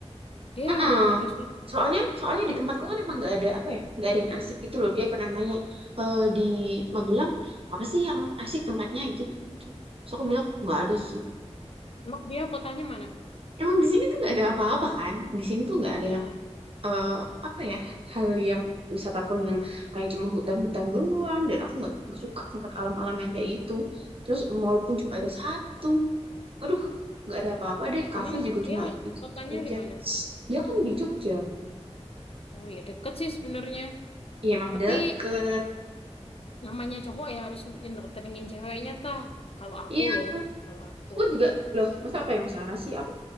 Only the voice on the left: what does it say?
Dia
yang harusnya
emang dia kotanya mana?
Ya,
emang
dia
kotanya
di mana?
Oh ya deket sih sebenarnya.
Tapi
namanya cowok ya harus ngedatengin ceweknya tah. Kalau aku
loh, kalau aku.